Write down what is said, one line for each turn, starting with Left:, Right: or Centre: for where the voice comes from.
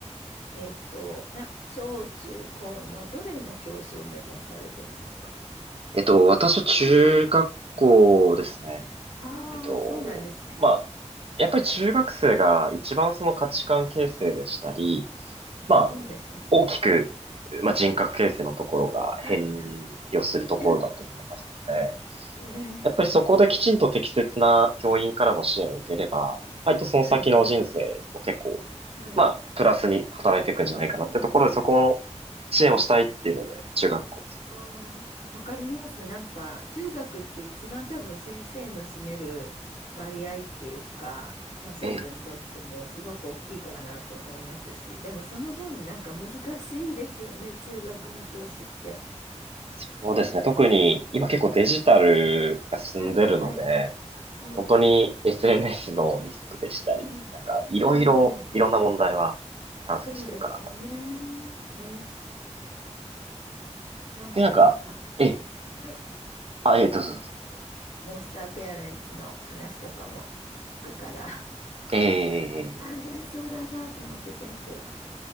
Left: えっと、な、小中高のどれの教師を目指されてるんですか
Right: えっと、私は中学校ですね。
Left: うんああー、
Right: えっと、
Left: そうなんですね。
Right: まあ、やっぱり中学生が一番その価値観形成でしたり、まあ、
Left: そうですね。
Right: 大きく、まあ、人格形成のところが変
Left: はい。
Right: 容するところだと思いますので、
Left: <coughs> <clears throat> ええ
Right: やっぱりそこできちんと適切な教員からの支援を受ければ、割とその先の人生も結構、
Left: はい、はい、はい、はい。
Right: まあ、プラスに働いていくんじゃないかなってところで、
Left: そうですね。
Right: そこの支援をしたいっていうので、
Left: あ
Right: 中学校です
Left: まあー、わかります。なんか、中学って一番多分先生の占める割合っていうか、まあ、生徒にとってもすごく大きいかなと思いますし、
Right: ね。ええ。
Left: でもその分なんか難しいですよね、中学の教師って。
Right: そうですね。特に今結構デジタルが進んでるので、
Left: うん、はい、はい、はい、
Right: 本当に SNS のリスクでしたり、
Left: うん。
Right: なんかいろいろ、
Left: はい、はい、はい。
Right: いろんな問題は山積してるかなと思います。
Left: そうですよね。ええなんか、
Right: で、なんか、
Left: あ
Right: ええ、
Left: はい
Right: あ、ええ、どうぞどうぞ。
Left: モンモンスターペアレンツの話とかも聞くから
Right: ええ、
Left: <laughs> 大変そうだなと思って先生は。